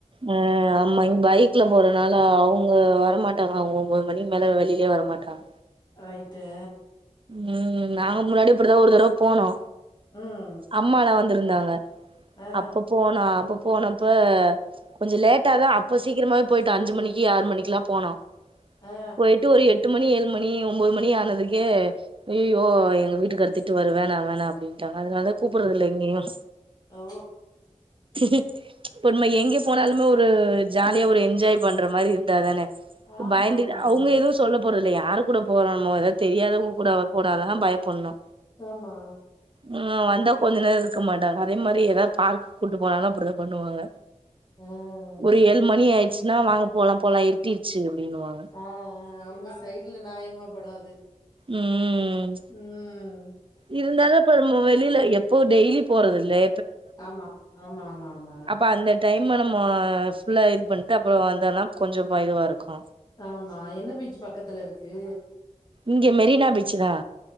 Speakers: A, on the right; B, on the left.
A: அ அப் ஆமா இங்க பைக்ல போறதுனால அவுங்க வரமாட்டாங்க அவுங்க ஒன்பது மணிக்கு மேல வெளியிலயே வர மாட்டாங்க
B: ரைட்டு
A: உம் நாங்க முன்னாடியே இப்படிதா ஒரு தடவ போனோ
B: ம்
A: அம்மாலா வந்திருந்தாங்க
B: ஆ
A: அப்ப போன அப்ப போனப்ப கொஞ்ச லேட்டா தா அப்ப சீக்கிரமவே போயிட்டு அஞ்சு மணிக்கி ஆறு மணிக்லா போனோ
B: ஆ
A: போயிட்டு ஒரு எட்டு மணி ஏழு மணி மணி ஒன்பது மணி ஆனதுக்கே அய்யோ எங்க வீட்டுக்காரு திட்டுவாரு வேணா வேணா அப்டின்டாங்க அதனால கூப்பறது இல்லைங்ளா
B: ஓ
A: <inaudible> பொ நம்ம எங்கே போனாலுமே ஒரு ஜாலியா ஒரு என்ஜாய் பண்ற மாரி இருந்தாதான
B: ஆமா
A: பயந்துட்டு
B: ஆமா
A: அவுங்க எது சொல்ல போறதில்ல யாரு கூட போறண்மோ ஏதாவது தெரியாதவுங்க கூட போனாதா பயப்பட்ணு
B: ஆமா
A: ம் வந்தா கொஞ்ச நேர இருக்க மாட்டாங்க அதே மாரி ஏதாவது பார்க்கு கூட்டு போனாலு அப்டி தா பண்ணுவாங்க
B: ஆ
A: ஒரு ஏழு மணி ஆயிடுச்சுன்னா வாங்க போலா போலா இருட்டிருச்சு அப்டின்னுவாங்க
B: அவுங்க அவுங்க சைட்ல நியாயமா படு அது
A: ம்
B: ம்
A: இருந்தாலு இப்ப நம்ம வெளில எப்போ டெய்லி போறது இல்லே
B: ஆமா ஆமா ஆமா ஆமா
A: அப்ப அந்த டைம்ம நம்ம ஃபுல்லா இது பண்ணிட்டு அப்பறோ வந்தோன்னா கொஞ்சோ இதுவா இருக்கு
B: ஆமா என்ன பீச் பக்கத்துல இருக்கு
A: இங்க மெரினா பீச்சு தா